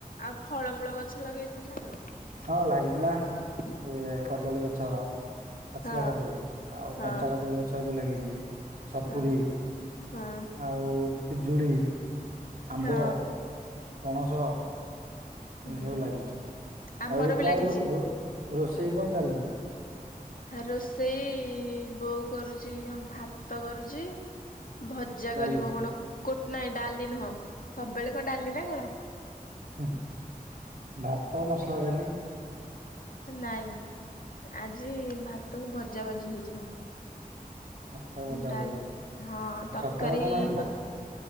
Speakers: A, on the left (about 65°); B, on the right (about 60°).
A: ଆଉ ଫଳମୂଳ ଗଛ ଲଗେଇଛନ୍ତି ନା କଁ।
B: ହଁ ଲାଗି ଥିଲା। ଇଏ କଦଳୀ ଗଛ ପାଚିଲା
A: ହଁ
B: କଦଳୀ ଆଉ
A: ହଁ
B: କଞ୍ଚା କଦଳୀ ଗଛ। ବି ଲାଗିଛି ସପୁରୀ
A: ଓହୋ ହଁ।
B: ଆଉ ପିଜୁଳି। ଆମ୍ବ
A: ହଁ।
B: ପଣସ।
A: ହୁଁ
B: ଏମିତି ସବୁ ଲାଗିଛି
A: ଆମର
B: ଆଉ ଏବେ
A: ବି
B: କଁ
A: ଲାଗିଛି।
B: ରୋ ରୋ ରୋଷେଇ କଁ ଚାଲିଛି।
A: ରୋଷେଇ ବୋଉ କରୁଛି କଁ ଭାତ କରୁଛି। ଭଜା
B: ଡାଲି
A: କରିବ କଣ କୋଟ୍ ନାହିଁ ଡାଲି ନୁହଁ ସବୁବେଳେ କଣ ଡାଲି ନାାଇଁ କଣ।
B: ହୁଁ ଭାତ ମସଲା ଡାଲି।
A: ନାଇଁ ଆଜି ଭାତ କୁ ଭଜା ଭଜି ହେଇଯିବ।
B: ଭାତ ଭଜା
A: ଡାଲି
B: ଭଜି ଆଉ
A: ହଁ ତରକାରୀ
B: ସଖାଳେ କଣ ହେଇଥିଲା।
A: ପ